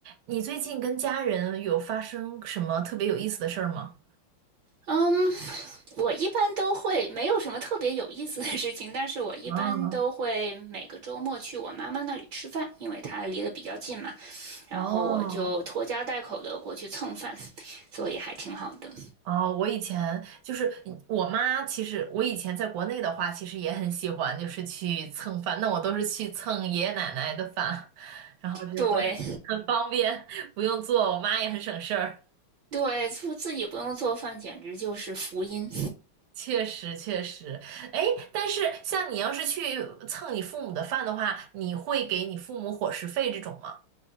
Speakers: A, on the right; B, on the right.
A: 你最近跟家人有发生什么特别有意思的事儿吗？
B: 嗯，我一般都会没有什么特别有意思的事情，但是我一般都会每个周末去我妈妈那里吃饭，
A: 啊，
B: 因为她离得比较近嘛，然后我就拖家带口的过去蹭饭，
A: 哦，
B: 所以还挺好的。
A: 哦，我以前就是我妈，其实我以前在国内的话，其实也很喜欢，就是去蹭饭。那我都是去蹭爷爷奶奶的饭，然后就会很方便，
B: 对
A: 不用做，我妈也很省事儿。
B: 对，自自己不用做饭，简直就是福音。
A: 确实，确实。哎，但是像你要是去蹭你父母的饭的话，你会给你父母伙食费这种吗？